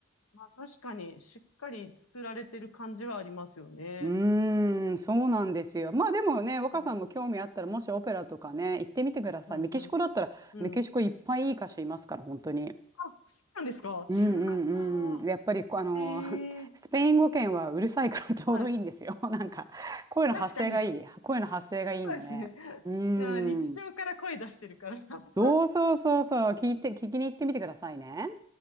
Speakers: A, on the left; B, on the right.
A: まあ、確かに、しっかり作られてる感じはありますよね。
B: うーん、そうなんですよ。まあでもね、若さんも興味あったら、
A: うん、
B: もしオペラとかね、行ってみてください。
A: うん、
B: メキシコだったら、
A: うん。うん。
B: メキシコいっぱいいい歌手いますから、本当に。
A: あ、そうなんですか知らなかった。
B: うんうんうん。やっぱりこう、あの、
A: え
B: <laughs>
A: え
B: スペイン語圏はうるさいから <laughs> ちょうどいいんですよ。
A: はい。
B: <laughs> なんか、声の発声がいい。
A: 確かに。
B: 声の発声がいいんだね。
A: そうですね。<laughs>
B: うー
A: うん、日常から声出してるから。
B: ん。
A: <laughs>
B: そうそうそうそう。聞いて、聞きに行ってみてくださいね。